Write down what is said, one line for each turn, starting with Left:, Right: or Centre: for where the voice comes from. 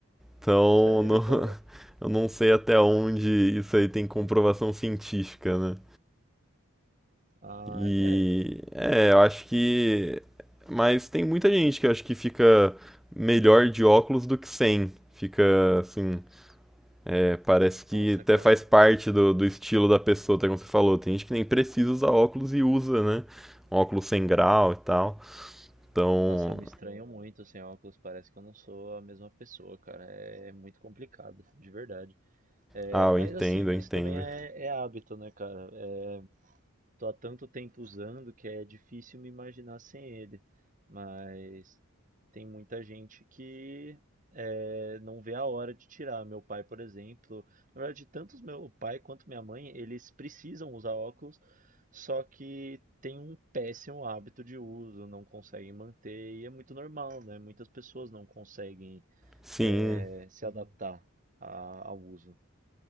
Centre: Então,
Right: Sério,
Centre: não,
Right: cara.
Centre: <laughs> eu não sei até onde isso aí tem comprovação científica, né?
Right: Ah,
Centre: E
Right: é.
Centre: é, eu acho que. Mas tem muita gente que eu acho que fica melhor de óculos do que sem. Fica assim. é, parece que
Right: Nossa,
Centre: até
Right: cara.
Centre: faz parte do, do estilo da pessoa, até como você falou. Tem gente que nem precisa usar óculos e usa, né? Um óculos sem grau e tal. Então.
Right: Nossa, eu me estranho muito sem óculos, parece que eu não sou a mesma pessoa, cara. É muito complicado, de verdade. É,
Centre: Ah,
Right: mas
Centre: eu entendo,
Right: assim,
Centre: eu entendo.
Right: isso também é, é hábito, né, cara? É, tô há tanto tempo usando que é difícil me imaginar sem ele. Mas tem muita gente que eh, não vê a hora de tirar. Meu pai, por exemplo, na verdade, tanto meu pai quanto minha mãe, eles precisam usar óculos, só que tem um péssimo hábito de uso, não conseguem manter, e é muito normal, né? Muitas pessoas não conseguem
Centre: Sim.
Right: eh, se adaptar a- ao uso.